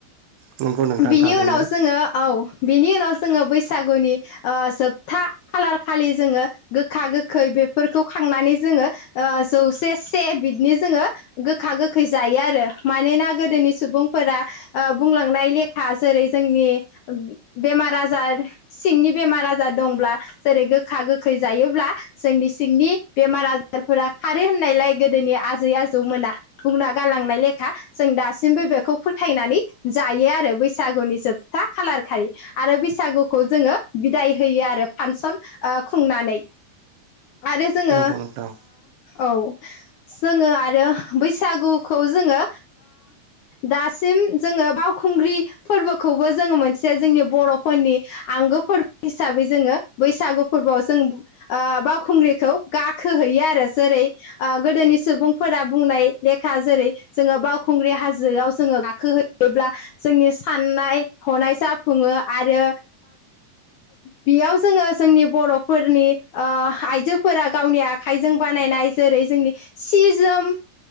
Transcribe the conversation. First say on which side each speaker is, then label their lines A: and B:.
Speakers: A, on the right; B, on the left.
A: नंगौ नोंथां
B: बिनि
A: थारैनो
B: उनाव जोङो औ बिनि उनाव जोङो बैसागुनि जोबथा खालार खालि जोङो गोखा गोखै बेफोरखौ खांनानै जोङो जौसे से बिदिनि जोङो गोखा गोखै जायो आरो मानोना गोदोनि सुबुंफोरा बुंलांनाय लेखा ा जेरै जोंनि बेमार आजार सिंनि बेमार आजार दंब्ला जेरै गोखा गोखै जायोब्ला जोंनि सिंनि बेमार आजारफोरा खारो होननायलाय गोदोनि आजै जौ मोना थना गालांनाय लेखा जों दासिमबो बेखौ फोथायनानै जायो आरो बैसागुनि जोबथा खालार खारि आरो बैसागुखौ जोङो बिदाय होयो आरो फांसन खुंनानै आरो जोङो
A: नंगौ नोंथां
B: औ जोङो आरो बैसागुखौ जोङो दासिम जोङो बावखुंग्रि फोरबोखौबो जोङो मोनसे जोंनि बर'फोरनि आंगो फोरबो हिसाबै जोङो बैसागु फोर जों बावखुंग्रिखौ गाखोहैयो आरो जेरै गोदोनि सुबुंफोर फोर बुंनाय लेखा जेरै जोङो बावखुंग्रि हाजोआव जोङो गाखो होयोब्ला जोंनि साननाय हनाय जाफुङो आरो बेयाव जोङो जोंनि बर'फोरनि आइजोफोरा गावनि आखाइजों बानाय जै जों सि जोम